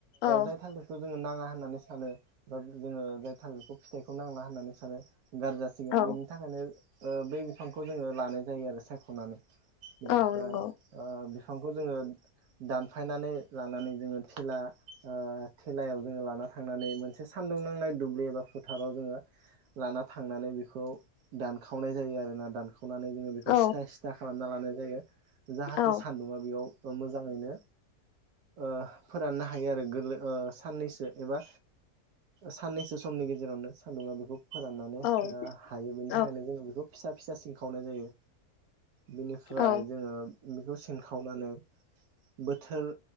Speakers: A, on the left; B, on the right.
A: औ
B: जाय थालिरखौ जोङो नाङा मानो सानो बा जोङो जाय थालिरखौ फिथाइखौ नांला होननानै सानो। गारज जासिगोन
A: औ
B: बेनि थाखायनो बे बिफांखौ जोङो लानाय जायो आरो सायख'नानै बेनिफ्राय
A: औ नंगौ
B: ओ बिफांखौ जोङो दानफायनानै लानानै जोङो थेला थेलायाव जोङो लाना थांनानै मोनसे एसे सान्दुं नांनाय दुब्लि एबा फोथाराव जोङो लाना थांनानै बेखौ दानखावनाय जायो आरोना दानख सनानै जोङो बेखौ
A: औ
B: सिथा सिथा खालामना लानाय जायो जाहाथे
A: औ
B: सान्दुंङा बेयाव मोजाङैनो। ओ फोराननो हायो आरो गोरलै ओ साननैसो एबा साननैसो समनि गेजेरावनो सान्दुंङा बेखौ फोराननानै ओ
A: औ
B: हायो बेनि थाखायनो
A: औ
B: जोङो बेखौ फिसा फिसा सिंखावनाय जायो। बेनिफ्राय
A: औ
B: जोङो बेखौ सिनखावनानै बोथोर